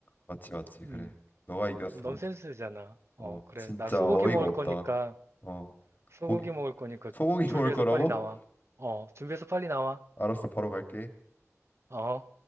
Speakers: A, on the left; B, on the right.
A: 맞지, 맞지.
B: 음,
A: 그래. 너가 이겼어.
B: 넌센스잖아. 어,
A: 어,
B: 그래.
A: 진짜
B: 나 소고기
A: 어이가
B: 먹을
A: 없다.
B: 거니까,
A: 어,
B: 소고기
A: 고기,
B: 먹을 거니까
A: 소고기
B: 준비해서
A: 먹을 거라고?
B: 빨리 나와.
A: <laughs>
B: 어, 준비해서 빨리 나와.
A: 알았어, 바로 갈게.
B: 어.